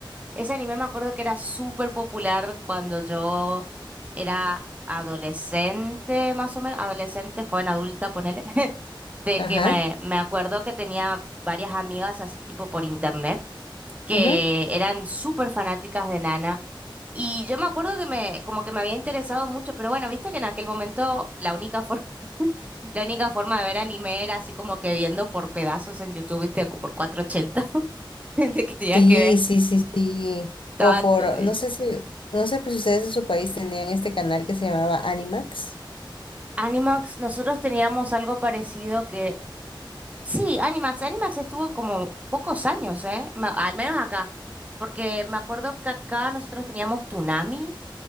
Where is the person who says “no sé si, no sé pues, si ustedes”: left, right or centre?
Left